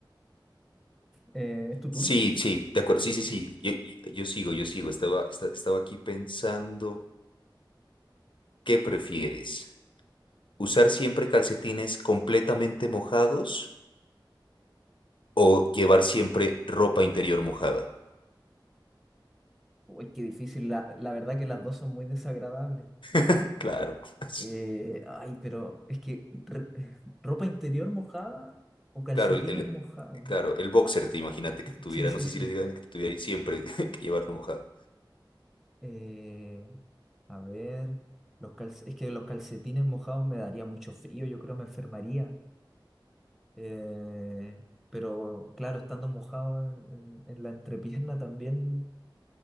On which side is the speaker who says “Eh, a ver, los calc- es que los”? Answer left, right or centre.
Centre